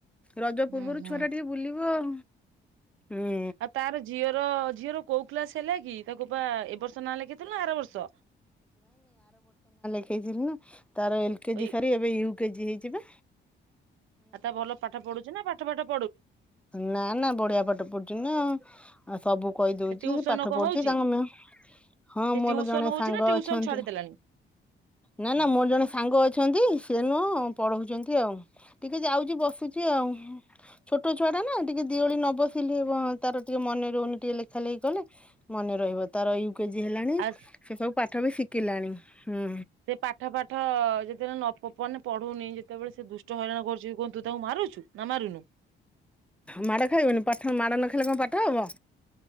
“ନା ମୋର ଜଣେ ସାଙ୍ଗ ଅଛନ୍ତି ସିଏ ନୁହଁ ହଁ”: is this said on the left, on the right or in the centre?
Centre